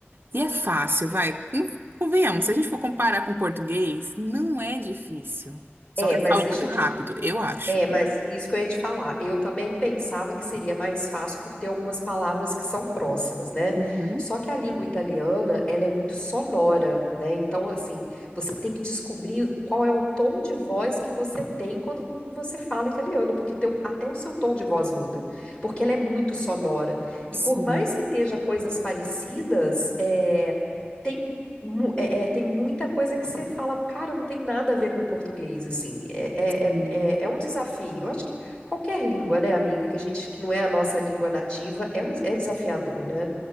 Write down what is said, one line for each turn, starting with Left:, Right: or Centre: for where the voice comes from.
Right: E é fácil, vai. Con- Convenhamos, se a gente for comparar com o português, não é difícil. Só
Left: É,
Right: que eu
Left: mas
Right: falo
Left: deixa
Right: muito
Left: eu te
Right: rápido, eu acho.
Left: É, mas isso que eu ia te falar. Eu também pensava que seria mais fácil por ter algumas palavras que são próximas, né?
Right: Uhum.
Left: Só que a língua italiana, ela é muito sonora, né? Então, assim, você tem que descobrir qual é o tom de voz que você tem quando você fala italiano, porque teu- até o seu tom de voz muda, porque ela é muito sonora. E
Right: Sim,
Left: por mais que esteja coisas parecidas, é, tem mu- é- é, tem muita coisa que você fala, cara, não tem nada a ver com português, assim. É, é,
Right: sim.
Left: é, é é um desafio. Eu acho que qualquer língua, né, amiga, que a gente, que não é a nossa língua nativa, é um, é desafiador, né?